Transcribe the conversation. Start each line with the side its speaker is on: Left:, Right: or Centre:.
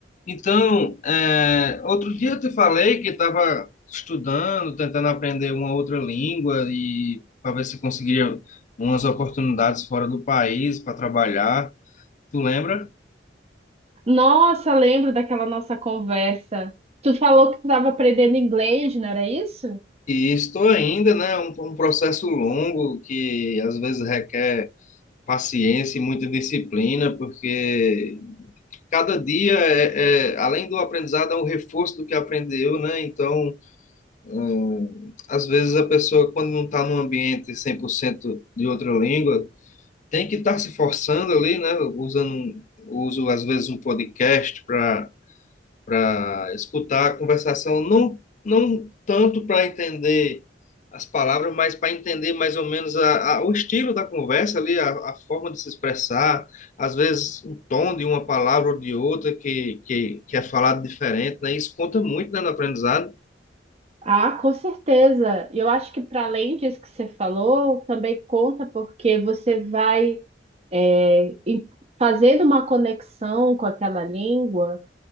Left: Então, é, outro dia eu te falei que estava estudando, tentando aprender uma outra língua e para ver se conseguiria umas oportunidades fora do país para trabalhar. Tu lembra?
Right: Nossa, lembro daquela nossa conversa. Tu falou que tu estava aprendendo inglês, não era isso?
Left: E estou ainda, né? Um, um processo longo que às vezes requer paciência e muita disciplina, porque cada dia, é, é, além do aprendizado, é um reforço do que aprendeu, né? Então Hum, às vezes a pessoa, quando não está num ambiente 100% de outra língua, tem que estar se forçando ali, né? Usando, um- uso às vezes um podcast para para escutar a conversação, não, não tanto para entender as palavras, mas para entender mais ou menos a, a- o estilo da conversa ali, a, a forma de se expressar, às vezes o tom de uma palavra ou de outra que, que, que é falado diferente, né? Isso conta muito, né, no aprendizado.
Right: Ah, com certeza. E eu acho que para além disso que você falou, também conta porque você vai é, em- fazendo uma conexão com aquela língua.